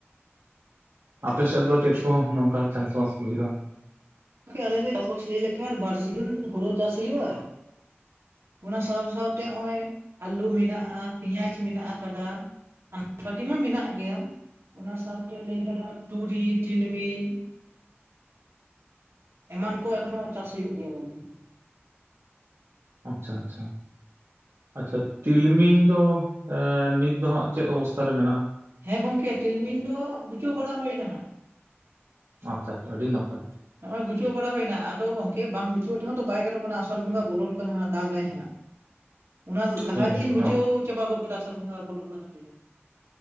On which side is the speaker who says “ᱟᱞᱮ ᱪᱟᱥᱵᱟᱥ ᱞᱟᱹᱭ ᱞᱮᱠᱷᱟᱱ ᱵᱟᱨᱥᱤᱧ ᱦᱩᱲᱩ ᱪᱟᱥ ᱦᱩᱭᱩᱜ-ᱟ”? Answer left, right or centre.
Right